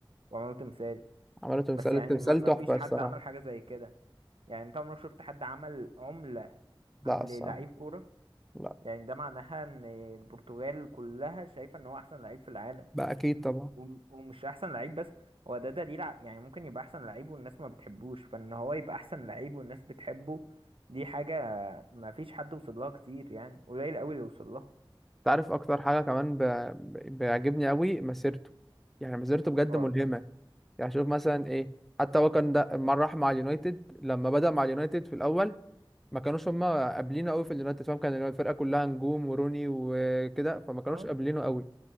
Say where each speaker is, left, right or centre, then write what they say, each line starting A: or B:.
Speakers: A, on the right (about 80°); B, in the centre.
A: وعملوا تمثال
B: عملوا تمثال
A: بس يعني
B: التمثال
A: ما ما
B: تحفة
A: فيش حد
B: الصراحة
A: عمل حاجة زي كده يعني انت عمرك شفت حد عمل عملة
B: لا
A: للعيب
B: الصراحة
A: كورة
B: لا
A: يعني ده معناها ان البرتغال كلها شايفة ان هو احسن لعيب في العالم
B: بقى اكيد طبعا
A: وم- ومش احسن لعيب بس هو ده دليل ع- يعني ممكن يبقى احسن لعيب والناس ما بتحبوش فان هو يبقى احسن لعيب والناس بتحبه دي حاجة ما فيش حد وصل لها كتير يعني قليل قوي اللي وصل لها
B: تعرف اكتر حاجة كمان ب... ب- بيعجبني قوي مسيرته يعني مسيرته بجد
A: اه
B: ملهمة
A: طبعا
B: يعني شوف مثلا ايه حتى هو كان ده لما راح مع اليونايتد لما بدأ مع اليونايتد في الأول ما كانوش هما قابلينه قوي في اليونايتد فاهم كان الفرقة كلها نجوم وروني وكده فما كانوش
A: اه
B: قابلينه قوي